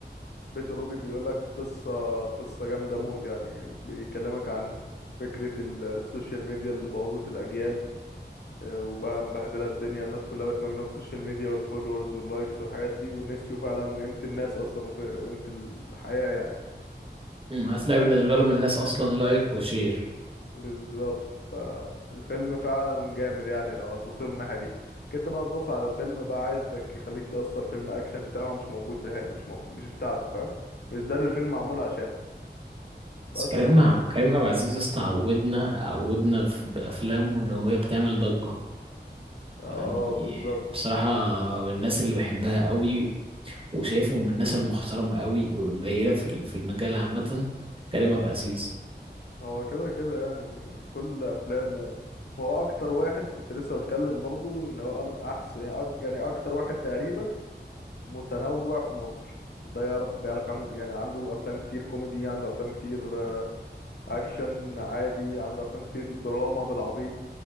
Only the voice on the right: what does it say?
مم، هتلاقي بالنسبة لهم الناس أصلا لايك وشير
بس كريم ع- كريم عبد العزيز يا اسطى عودنا عودنا في- بأفلامه إن هي بتعمل ضجة
يعني
بصراحة من الناس اللي بحبها قوي وشايفه من الناس المحترمة قوي القليلة في ال- في المجال عامة كريم عبد العزيز